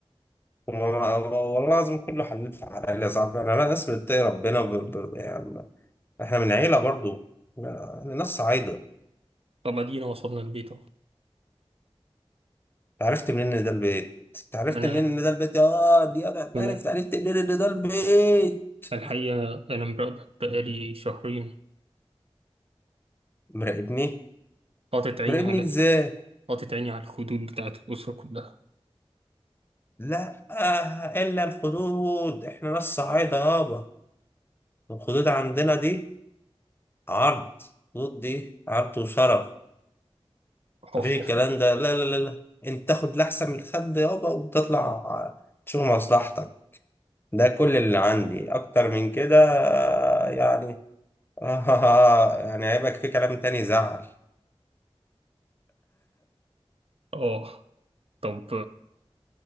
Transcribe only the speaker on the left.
وما- والله لازم كله حلف على العيلة يا صاحبي يعني أنا ناس بتتقي ربنا ب... ب... يعني إحنا من عيلة برضو يعني ناس صعايدة أنت
عرفت منين إن ده البيت؟ أنت عرفت
منين إن ده البيت؟ آه دي أنا
عرفت
عرفت منين إن ده البيت؟
مراقبني؟
مراقبني
إزاي؟
لا آه إلا الخدود إحنا ناس صعايدة يابا الخدود عندنا دي عرض الخدود دي عرض وشرف
مفيش الكلام ده لا لا لا لا أنت تاخد لأحسن من الخد يابا وتطلع تشوف مصلحتك ده كل اللي عندي اكتر من كده يعني <laughs> آه يعني هيبقى في كلام تاني زعل